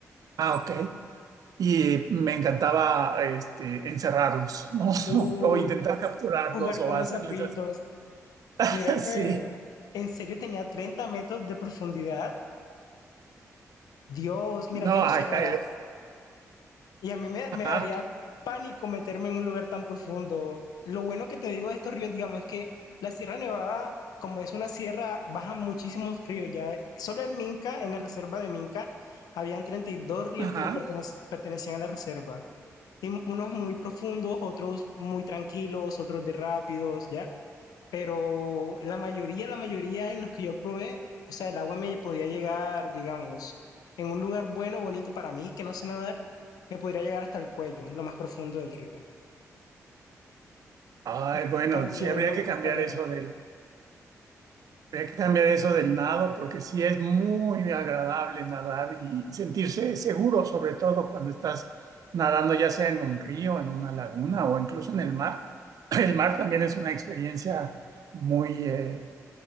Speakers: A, on the right; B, on the left.
A: ah, ok. Y me encantaba este, encerrarlos, ¿no? <laughs>
B: Uh,
A: O, intentar capturarlos
B: jugar
A: o
B: con los
A: hacerles
B: zapitos.
A: así. <laughs>
B: Mira
A: Sí,
B: que en serio tenía 30 metros de profundidad. Dios, mira,
A: no,
B: yo no
A: acá,
B: sé nadar.
A: el-
B: Y a mí me,
A: ajá,
B: me daría pánico meterme en un lugar tan profundo. Lo bueno que te digo de estos ríos, digamos, es que la Sierra Nevada, como es una sierra, bajan muchísimos ríos. Ya solo en Minca, en la reserva de Minca, habían treinta y dos ríos
A: ajá.
B: que le pertenec- pertenecían a la reserva. Y unos muy profundos, otros muy tranquilos, otros de rápidos, ¿ya? Pero la mayoría, la mayoría en los que yo probé, o sea, el agua me podía llegar, digamos, en un lugar bueno, bonito para mí, que no sé nadar, me podría llegar hasta el cuello, lo más profundo del río.
A: Ay,
B: Y
A: bueno,
B: también
A: sí, habría
B: muy
A: que
B: cristalino.
A: cambiar eso del, habría que cambiar eso del nado, porque sí es muy agradable nadar y sentirse seguro, sobre todo cuando estás nadando, ya sea en un río, en una laguna o incluso en el mar. <laughs> El mar también es una experiencia muy eh,